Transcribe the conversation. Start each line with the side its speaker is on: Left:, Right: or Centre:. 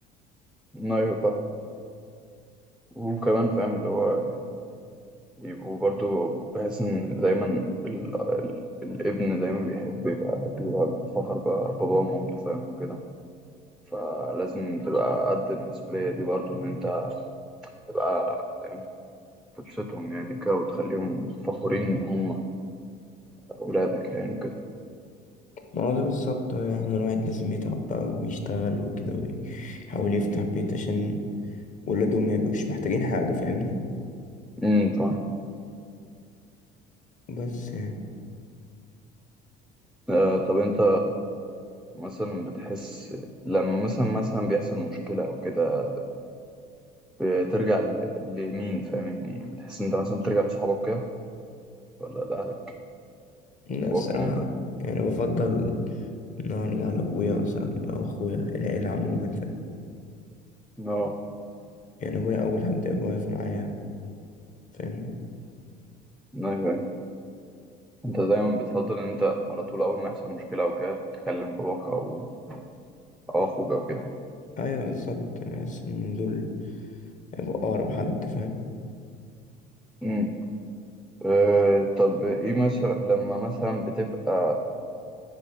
Centre: ايوه فاهم وكمان فاهم اللي هو يبقوا برضو بحس ان دايما ال... ال... الابن دايما بيحب يبقى بيبقى بفخر بقى باباه ومامته فاهم وكده فلازم تبقى قد المسؤولية دي برضو ان انت تبقى فاهم تبسطهم يعني كده وتخليهم فخورين ان هم اولادك يعني كده
Left: ما هو ده بالظبط بقى، يعني الواحد لازم يتعب بقى ويشتغل وكده ويحاول يفتح بيت عشان ولادهم ما يبقوش محتاجين حاجة فاهمني
Centre: امم طبعا
Left: بس يعني
Centre: آه، طب انت مثلا بتحس لما مثلا مثلا بيحصل مشكلة او كده بترجع ل- لمين فاهم يعني بتحس إن أنت مثلا بترجع لصحابك كده ولا لأهلك
Left: لا
Centre: أبوك
Left: الصراحة
Centre: ومامتك؟
Left: يعني بفضل ان أنا ارجع لابويا مثلا او اخويا العيلة عموما فاهم
Centre: اه
Left: يعني ابويا اول حد يبقى واقف معايا فاهمني
Centre: أيوه أيوه أنت دايما بتفضل إن أنت على طول أول ما يحصل مشكلة أو كده تكلم باباك أو أو أخوك أو كده يعني.
Left: ايوه بالظبط بحس ان دول هيبقوا اقرب حد فاهم
Centre: أمم. أه طب إيه مثلا لما مثلا بتبقى